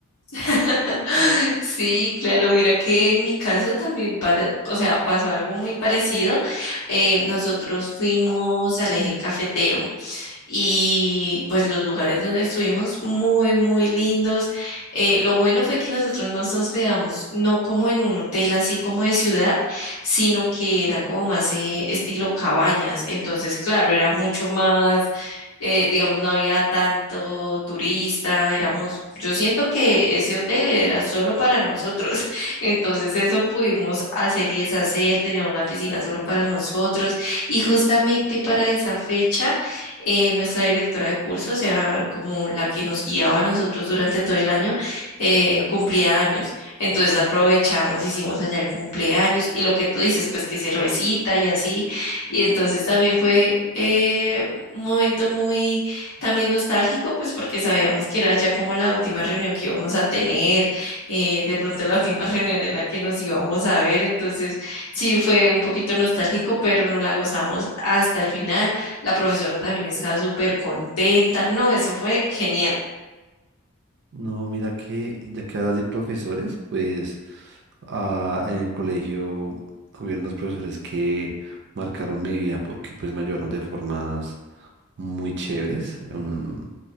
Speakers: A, on the left (about 80°); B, on the right (about 50°).
A: <laughs> Sí, claro, mira que en mi caso también, pare- o sea, pasó algo muy parecido. Eh, nosotros fuimos al eje cafetero. y pues los lugares donde estuvimos muy, muy lindos. Eh, lo bueno fue que nosotros nos hospedamos no como en un hotel así como de ciudad, sino que era como más eh, estilo cabañas. Entonces, claro, era mucho más eh, digamos, no había tanto turista, éramos, yo siento que ese hotel era solo para nosotros, <laughs> entonces eso pudimos hacer y deshacer, teníamos la piscina solo para nosotros y justamente para esa fecha eh, nuestra directora de curso, o sea, como la que nos guiaba a nosotros durante todo el año, eh, cumplía años. Entonces aprovechamos, hicimos allá el cumpleaños y lo que tú dices, pues que cervecita y así. Y entonces también fue eh, un momento muy también nostálgico, pues porque sabíamos que era ya como la última reunión que íbamos a tener, eh, de pronto la última <laughs> reunión en la que nos íbamos a ver. Entonces sí fue un poquito nostálgico, pero nos la gozamos hasta el final. La profesora también estaba súper contenta. No, eso fue genial.
B: No, mira que ya que hablas de profesores, pues ah, en el colegio hubieron dos profesores que marcaron mi vida porque pues me ayudaron de formas muy chéveres. Un-